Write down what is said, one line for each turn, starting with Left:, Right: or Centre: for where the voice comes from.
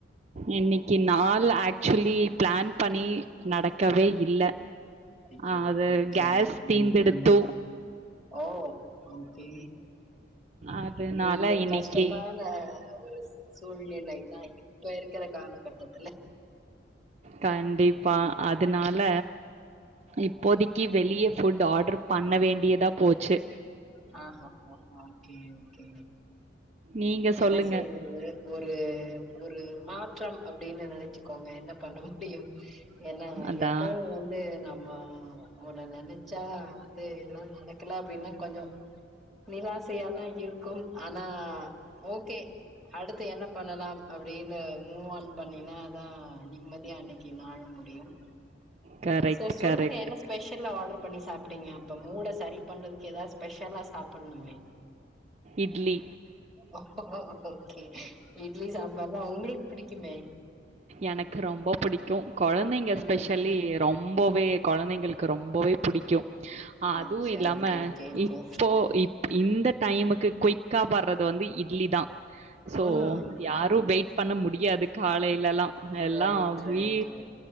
Right: இன்னைக்கு நாள் ஆக்சுவலி பிளான் பண்ணி நடக்கவே இல்ல
Centre: அச்சோ
Right: ஆ அது
Centre: ஓகே
Right: கேஸ்
Centre: உம்
Right: தீந்துடுத்து
Centre: ஓ ஓகே
Right: அதுனால
Centre: இந்த
Right: இன்னிக்கி
Centre: கஷ்டமான ஒரு சூழ்நிலைதா இப்ப இருக்கிற காலகட்டத்தில
Right: கண்டிப்பா அதனால் இப்போதைக்கி வெளியே ஃபுட் ஆர்டர் பண்ண வேண்டியதா போச்சு
Centre: ஹ ஹ ஓகே ஓகே
Right: நீங்க
Centre: என்ன
Right: சொல்லுங்க
Centre: செய்யறது ஒரு ஒரு மாற்றம் அ அப்டின்னு நினைச்சுக்கோங்க என்ன பண்ண முடியும் என்ன
Right: அதா
Centre: எப்பவும் வந்து நம் ஆஹ் ஒன்னு நினைச்சா வந்து எல்லாம் நடக்கலே அப்டின்னா கொஞ்சம் நிராசையாதான் இருக்கும் ஆனா ஆஹ் ஓகே அடுத்து என்ன பண்ணலாம் அப்படினு மூவ ஆன் பண்ணினா தான் நிம்மதியா அன்னைக்கு நாள் முடியும்
Right: கரெக்ட்
Centre: சோ சொல்லுங்க
Right: கரெக்ட்
Centre: என்ன ஸ்பெஷல்லா ஆர்ட்ரு பண்ணி சாப்ட்டீங்க இப்ப மூட சரி பண்றதுக்கு ஏதாச்சு ஸ்பெஷலா சாப்பட்ணுமே
Right: இட்லி
Centre: ஓ ஓகே இட்லி சாம்பார் தான் உங்களுக்கு பிடிக்குமே
Right: எனக்கு ரொம்ப புடிக்கும் குழந்தைங்க
Centre: ம்
Right: ஸ்பெஷலி ரொம் ரொம்பவே குழந்தைங்களுக்கு ரொம்பவே பிடிக்கும் அதுவும்
Centre: அச்சா
Right: இல்லாம
Centre: ஓகே ஓகே ஓகே
Right: இப்போ இ இந்த டைமுக்கு குயிக்கா வர்றது வந்து இட்லி தான் சோ
Centre: ம்
Right: யாரும் வெயிட் பண்ண முடியாது காலை லாம்
Centre: ம்
Right: எல்லாம்
Centre: ரைட்
Right: வீ
Centre: ரைட் ரைட்